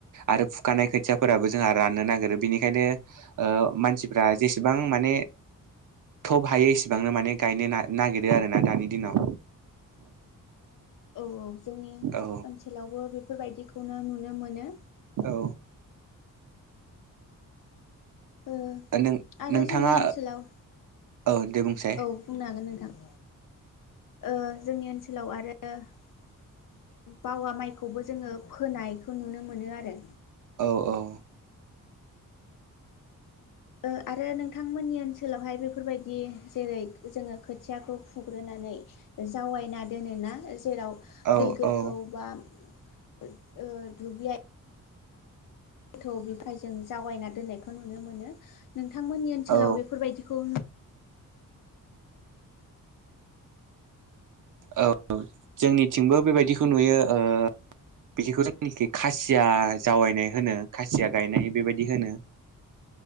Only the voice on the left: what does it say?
औ औ जोंनि ओनसोलावबो
बेफोरबायदिखौनो नुनो मोनो
ओ
आरो
जोंनि ओनसोलाव
औ बुंनो हागोन नोंथां ओ जोंनि ओनसोलाव आरो ओ बावा माइखौबो जोङो फोनायखौ नुनो मोनो आरो
ओ आरो नोंथांमोननि ओनसोलावहाय बेफोरबायदि जेरै जोङो खोथियाखौ फुग्रोना नै जावायना दोनोना जेराव
दै गोथौ
बा ओ दुब्लि थौ बिफायजों जावायना दोननायखौ नुनो मोनो नोंथांमोननि ओनसोलाव
बेफोरबायदिखौ